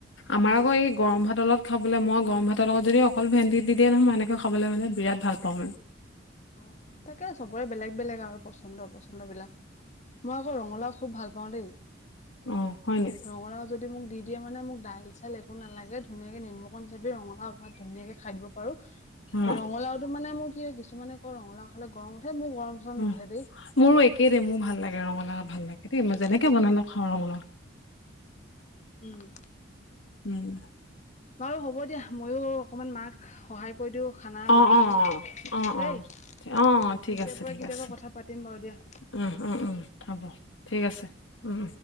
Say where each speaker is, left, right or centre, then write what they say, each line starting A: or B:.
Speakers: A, on the left; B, on the left.
A: আমাৰ আকৌ এই গৰম ভাতৰ লগত খাবলৈ, মই গৰম ভাতৰ লগত যদি অকল ভেন্দি দি দিয়ে নহয়, মই এনেকেও খাবলৈ মানে বিৰাট ভাল পাওঁ।
B: অ' তাকে চবৰে বেলেগ বেলেগ আৰু পচন্দ পচন্দ বিলাক। মই আকৌ ৰঙালাউ খুব ভাল পাওঁ দেই।
A: অ হয় নি
B: ৰঙালাউ যদি মোক দি দিয়ে মানে মোক ডাইল -চাইল একো নালাগে, ধুনীয়াকে নেমুকণ চেপি ৰঙালাউ ভাত ধুনীয়াকৈ খাই দিব পাৰোঁ।
A: অ
B: ৰঙালাউ টো মানে মোৰ কি হয়, কিছুমানে কয় ৰঙালাউ খালে গৰম উঠে, মোৰ গৰম-চৰম
A: অ
B: নুঠে দেই।
A: মোৰো একেই দেই, মোৰ ভাল লাগে ৰঙালাউ ভাল লাগে দেই। মই যেনেকে
B: উম
A: বনালো খাওঁ ৰঙালাউ।
B: উম,
A: উম
B: বাৰু হ'ব দিয়া। মইও অকমান মাক সহায় কৰি দিওঁ খানা
A: অ
B: বনোৱাত।
A: অ অ অ
B: দেই, পিছে
A: অ অ ঠিক আছে
B: পৰে
A: ঠিক
B: কেতিয়াবা
A: আছে
B: কথা পাতিম বাৰু দিয়া।
A: উম উম উম, হ'ব ঠিক আছে। উম,